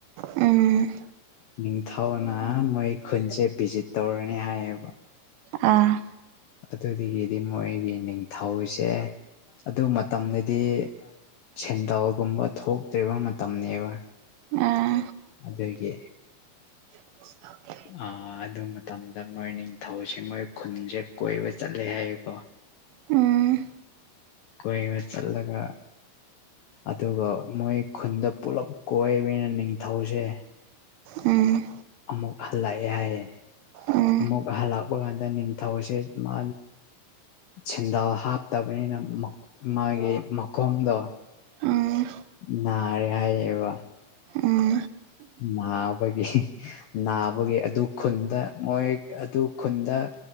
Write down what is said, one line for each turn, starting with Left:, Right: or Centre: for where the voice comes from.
Right: ꯎꯝ
Left: ꯅꯤꯡꯊꯧꯅ ꯃꯣꯏ ꯈꯨꯜꯁꯦ ꯚꯤꯖꯤꯠ ꯇꯧꯔꯅꯤ ꯍꯥꯏꯌꯦ ꯀꯣ
Right: ꯑꯥ
Left: ꯑꯗꯨꯗꯒꯤꯗꯤ ꯃꯣꯏꯒꯤ ꯅꯤꯡꯊꯧꯁꯦ ꯑꯗꯨ ꯃꯇꯝꯗꯗꯤ ꯁꯦꯟꯗꯜꯒꯨꯝꯕ ꯊꯣꯛꯇ꯭ꯔꯤꯕ ꯃꯇꯝꯅꯦꯕ
Right: ꯑꯥ
Left: ꯑꯗꯨꯒꯤ
Right: <unintelligible>
Left: ꯑ ꯑꯗꯨ ꯃꯇꯝꯗ ꯃꯣꯏ ꯅꯤꯡꯊꯧꯁꯦ ꯃꯣꯏ ꯈꯨꯟꯁꯦ ꯀꯣꯏꯕ ꯆꯠꯂꯦ ꯍꯥꯏꯌꯦꯀꯣ
Right: ꯎꯝ
Left: ꯀꯣꯏꯕ ꯆꯠꯂꯒ ꯑꯗꯨꯒ ꯃꯣꯏ ꯈꯨꯟꯗꯣ ꯄꯨꯂꯞ ꯀꯣꯏꯕꯤꯅ ꯅꯤꯡꯊꯧꯁꯦ
Right: ꯎꯝ
Left: ꯑꯃꯨꯛ ꯍꯜꯂꯛꯑꯦ ꯍꯥꯏꯌꯦ
Right: ꯎꯝ
Left: ꯑꯃꯨꯛ ꯍꯜꯂꯛꯄ ꯀꯥꯟꯗ ꯅꯤꯡꯊꯧꯁꯦ ꯃꯥ ꯁꯦꯟꯗꯜ ꯍꯥꯞꯇꯕꯅꯤꯅ ꯃꯛ ꯃꯥꯒꯤ ꯃꯈꯣꯡꯗꯣ
Right: ꯎꯝ
Left: ꯅꯥꯔꯦ ꯍꯥꯏꯌꯦꯕ
Right: ꯎꯝ
Left: ꯅꯥꯕꯒꯤ ꯅꯥꯕꯒꯤ ꯑꯗꯨ ꯈꯨꯟꯗ ꯃꯣꯏ ꯑꯗꯨ ꯈꯨꯟꯗ